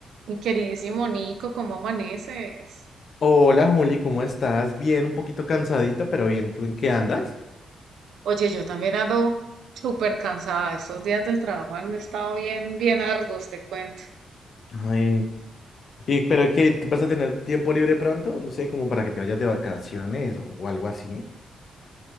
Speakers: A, on the right (about 75°); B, on the left (about 40°).
A: Mi queridísimo Nico, ¿cómo amaneces?
B: Hola Juli, ¿cómo estás? Bien, un poquito cansadito, pero bien, ¿tú en qué andas?
A: Oye, yo también ando súper cansada. Estos días del trabajo han estado bien, bien arduos, te cuento.
B: Ay, ¿y pero qué? ¿tú ¿Vas a tener tiempo libre pronto? No sé, como para que te vayas de vacaciones o, o algo así.